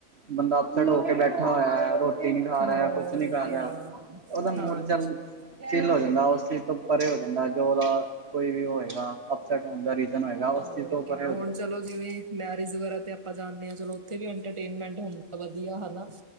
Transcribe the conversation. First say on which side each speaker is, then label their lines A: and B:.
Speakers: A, on the right; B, on the right.
A: ਬੰਦਾ ਅਪਸਡ ਹੋ ਕੇ ਬੈਠਾ ਹੋਇਆ ਰੋਟੀ ਰਟੀ ਨੀ ਖਾ ਰਿਹਾ
B: ਹੋਰ
A: ਕੁਛ ਨੀ ਕਰ
B: ਕਿਆ
A: ਰਿਹਾ ਉਹਦਾ ਮੂਡ
B: ਹਾਂਜੀ
A: ਚੱਲ ਚਿਲ ਹੋ ਜਾਂਦਾ ਉਸ ਚੀਜ਼ ਤੋਂ ਪਰੇ ਹੋ ਜਾਂਦਾ ਜੋ ਉਹਦਾ ਕੋਈ ਵੀ ਹੋਵੇਗਾ। ਸਾਡਾ ਉਹਦਾ ਰੀਜ਼ਨ ਹੋਏਗਾ
B: ਹੋਰ
A: ਉਸ ਚੀਜ਼ ਤੋਂ ਪਰੇ
B: ਕਿਆ
A: ਹੋ
B: ਹੁਣ
A: ਜਾਂਦਾ।
B: ਚਲੋ ਜਿਵੇਂ ਮੈਰਿਜ ਵਗੈਰਾ ਤੇ ਆਪਾਂ ਜਾਂਦੇ ਹਾਂ ਚਲੋ ਉੱਥੇ ਵੀ ਆਂ। ਐਂਟਰਟੇਨਮੈਂਟ ਹੁੰਦਾ ਵਧੀਆ ਹਨਾ